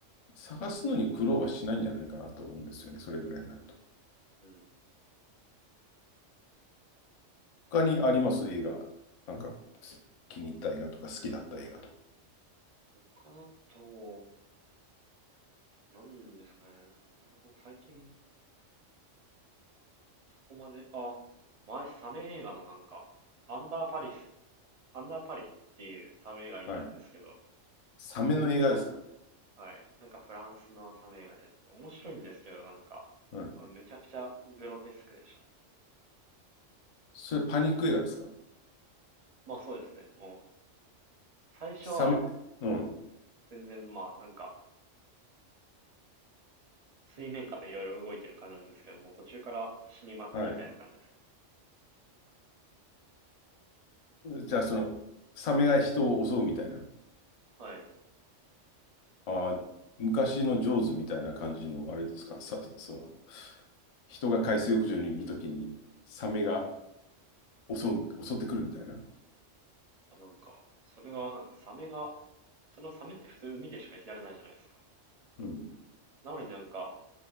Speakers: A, on the left; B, on the right.
A: 探すのに苦労はしないんじゃないかなと思うんですよね。それぐらいになると。
B: うん。
A: 他にあります映画。なんか、気に入った映画とか、好きだった映画と
B: 他だと、なんですかね。なんか多分最近そこまで、あ、前サメ映画のなんか、アンダーパリス、アンダーパリっていうサメ映画見たんですけど、
A: か。はい。サメの映画ですか
B: まあ、はい。なんかフランスのサメ映画で、面白いんですけど、なんか、
A: うん
B: めちゃくちゃグロテスクでしたね。
A: それパニック映画ですか
B: まあそうですね。もう、最初は、
A: サメ、うん。
B: 全然まあなんか、水面下でいろいろ動いてる感じなんですけど、もう途中から死にまくりみたいな感じですね。
A: はい。じゃあ、その、サメが人を襲うみたいな。
B: はい。
A: ああ、昔のジョーズみたいな感じの、あれですかさ、その、人が海水浴場にいるときに、サメが襲う、襲ってくるみたいな。
B: あなんか、それが、なんかサメが、そのサメって普通海でしか生きられないじゃないですか。
A: うん。
B: なのになんか、